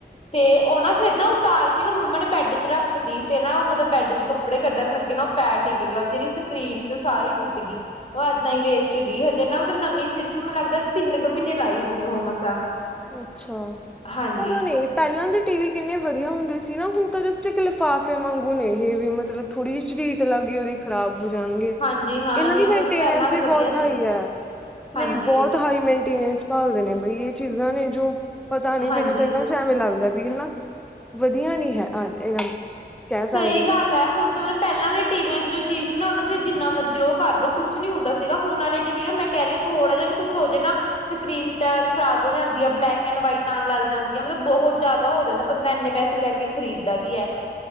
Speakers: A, on the left; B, in the centre.
A: ਤੇ ਔ ਨਾ ਫੇਰ ਨਾ- ਕਰਕੇ ਨਾ ਮੰਮਾ ਨੇ ਬੈਡ 'ਚ ਰੱਖ ਤੀ ਤੇ ਨਾ ਉਹ ਮਤਲਬ ਬੈਡ ਚੋਂ ਕੱਪੜੇ ਕਢਣ ਲੱਗੇ ਨਾ ਔ ਪੈਰ ਟੀਕ ਗਿਆ ਔ ਨੀਰੀ ਸਕਰੀਨ ਸੀ ਔ ਸਾਰੀ ਟੁੱਟ ਗਈ। ਔ ਏਦਾਂ ਹੀ ਵੇਸਟ
B: ਅੱਛਾ
A: ਗਈ ਹ ਜਿਨਾ ਮਤਲਬ ਨਵੀ ਸਿਰਫ ਮੈਨ ਲਗਦਾ ਤਿੰਨ ਕੁ ਮੀਨੇ ਲਾਈ ਹੋਨੀ ਉਹ ਮਸਾਂ।
B: ਅਛਾ।
A: ਹਾਂਜੀ
B: ਪਤਾ ਨੀ ਪੇਲਾਂ ਦੇ ਟੀ ਵੀ ਕਿਨੇ ਵਧੀਆ ਹੁੰਦੇ ਸੀ ਨਾ, ਹੁਨ ਤਾਂ ਜਸਟ ਇਕ ਲਿਫਾਫੇ ਵਾਂਗੂ ਨੇ ਇਹ ਵੀ ਮਤਲਬ- ਥੋੜੀ ਜੀ ਝਰੀਟ ਲਗ ਗੀ ਉਦੀ ਖਰਾਬ ਹੋ ਜਾਨਗੇ।
A: ਹਾਂਜੀ ਹਾਂ
B: ਇਹਨਾ
A: ਇਹੀ
B: ਦੀ
A: ਮਤਲਬ
B: ਮੇਨਟੇਨੈਂਸ
A: ਪਹਿਲਾਂ ਵਾਲਾ
B: ਵੀ
A: ਵਧੀਆ
B: ਬੋਤ ਹਾਈ
A: ਸੀ
B: ਐ।
A: ਹਾਂਜੀ
B: ਨਹੀ ਬੋਤ ਹਾਈ ਮੇਨਟੇਨੈਂਸ ਭਾਲਦੇ ਨੇ ਬਈ ਏ ਚੀਜਾ ਨੇ ਜੋ ਪਤਾ ਨੀ
A: ਹਾਂਜੀ।
B: ਮੈਨੂੰ ਤਾਂ ਇਨ੍ਹਾਂ ਜਵੇ ਲਗਦਾ ਵੀ ਹੈਨਾ ਵਧੀਆ ਨੀ ਹੈ <unintelligible> ਕਹਿ
A: ਸਈ
B: ਸਕਦੇ
A: ਗੱਲ ਐ। ਹੁਨ <unintelligible> ਪੇਲਾ ਵਾਲੇ ਟੀਵੀਆਂ 'ਚ ਜੋ ਚੀਜ ਸੀ ਨਾ ਉਨਾ ਤੇ ਜਿਨਾ ਮਰਜ਼ੀ ਔ ਕਰ ਲੋ ਕੁਛ ਨੀ ਹੁੰਦਾ ਸੀਗਾ ਹੁਨ ਵਾਲੇ ਟੀ ਵੀ- ਨਾਉ ਮੈਂ ਕੇਰੀ ਆ ਥੋੜਾ ਜਾ ਵੀ ਕੁੱਛ ਹੋਜੇ ਨਾ- ਸਕਰੀਨ ਖਰਾਬ ਹੋ ਜਾਦੀ ਆ, ਬਲੈਕ ਐਂਡ ਵਾਈਟ ਆਣ ਲਗ ਜਾਦੀ ਆ, ਮਤਲਬ ਬਹੁਤ ਜਿਆਦਾ ਹੋ ਜਾਦਾ ਬੰਦਾ ਇਨੇ ਪੈਸੇ ਲੈ ਕੇ ਕੇ ਖਰੀਦਦਾ ਵੀ ਹੈ।